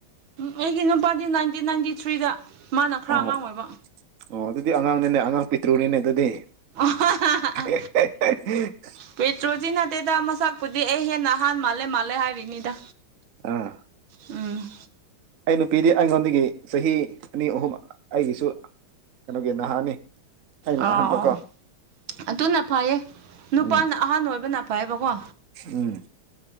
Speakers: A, on the right; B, on the right.
A: ꯎꯝ ꯑꯩꯒꯤ ꯅꯨꯄꯥꯗꯤ ꯅꯥꯏꯟꯇꯤꯟ ꯅꯥꯏꯟꯇꯤ ꯊ꯭ꯔꯤꯗ ꯃꯥꯅ ꯈꯔ
B: ꯑꯣ
A: ꯑꯉꯥꯡ ꯑꯣꯏꯕ
B: ꯑꯣ ꯑꯗꯨꯗꯤ ꯑꯉꯥꯡꯅꯤꯅꯦ ꯑꯉꯥꯡ ꯄꯤꯇ꯭ꯔꯨꯅꯤꯅꯦ ꯑꯗꯨꯗꯤ
A: ꯑꯣ
B: ꯍꯦꯍꯦꯛ
A: ꯄꯦꯇ꯭ꯔꯣꯖꯤ ꯅꯠꯇꯦꯗ ꯃꯁꯛꯄꯨꯗꯤ ꯑꯩ ꯍꯦꯟꯅ ꯑꯍꯥꯟ ꯃꯥꯜꯂꯦ ꯃꯥꯜꯂꯦ ꯍꯥꯏꯔꯤꯅꯤꯗ
B: ꯑꯥ
A: ꯎꯝ
B: ꯑꯩ ꯅꯨꯄꯤꯗꯤ ꯑꯩꯉꯣꯟꯗꯒꯤ ꯆꯍꯤ ꯑꯅꯤ ꯑꯍꯨꯝ ꯑꯩꯒꯤꯁꯨ ꯀꯩꯅꯣꯒꯤ ꯅꯍꯥꯅꯤ ꯑꯩꯅ
A: ꯑꯥ
B: ꯑꯍꯟꯕꯀꯣ
A: ꯑꯥ ꯑꯗꯨꯅ ꯐꯩꯌꯦ ꯅꯨꯄꯥꯅ
B: ꯎꯝ
A: ꯑꯍꯥꯟꯕ ꯑꯣꯏꯕꯅ ꯐꯌꯦꯕꯀꯣ
B: ꯎꯝ